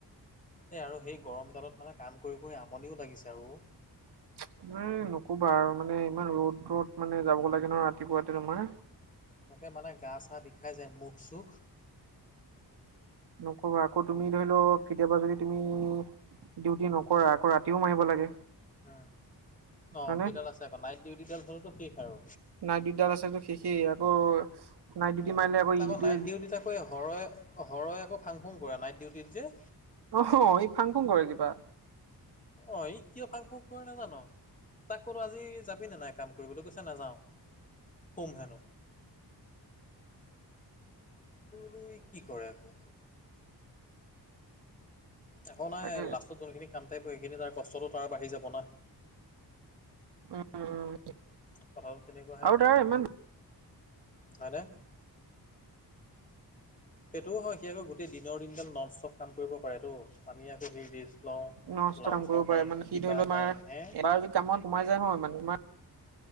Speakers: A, on the left; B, on the right.
A: সে আৰু সেই গৰমডালত মানে কাম কৰি- কৰি আমনিও লাগিছে আৰু।
B: <inaudible> এ নকোবা আৰু মানে ইমান ৰ'দ-ৰ'দ মানে যাব লাগে নহ ৰাতিপুৱাতে তোমাৰ।
A: একে মানে গা চা বিষাই যায় মুখ-চুখ
B: নকবা আকৌ তুমি ধৰি লও কেতিয়াবা যদি তুমি ডিউটি নকৰা আকৌ ৰাতিও মাৰিব লাগে।
A: উম, অ,
B: হয়নে
A: সেইডাল আছে আকৌ নাইট ডিউটিডাল হ'লেতো শেষ আৰু।
B: নাইট ডিউটিদাল আছে যদি শেষেই আকৌ নাইট ডিউটি
A: অ,
B: মাৰিলে আকৌ
A: তাকৌ
B: ইটো
A: নাইট ডিউটিত আকৌ হৰই -হৰই আকৌ ফাংফুন কৰে নাইট ডিউটিত যে।
B: অ, হ, ই ফাং ফুং কৰে কিবা।
A: অ, ই কিয় ফাং ফুক কৰে নাজান? তাক ক'লো আজি যাবি নে নাই কাম কৰিবলৈ কৈছে নাযাও শুম হেনো। টো ই কি কৰে আকৌ? একো নাই
B: তাকে
A: লাষ্টত যোনখিনি কাম থাকিব সেইখিনি তাৰ কষ্টটো তাৰ বাঢ়ি যাব না।
B: উম উম
A: কথাটো তেনেকুৱাহে
B: আৰু তাৰ ইমান
A: হয়নে? সেইটোও হয় সি আকৌ গোটেই দিনৰ দিনডাল ন'ন ষ্টপ কাম কৰিব পাৰেটো আমি আকৌ <unintelligible> লওঁ
B: নষ্ট
A: লাঞ্চৰ
B: কাম কৰিব পাৰে
A: টাইম
B: মানে সি
A: কিবা
B: ধৰি লও আমাৰ
A: টাইম হে
B: এবাৰ যদি কামত সোমায় যায় হয় <unintelligible>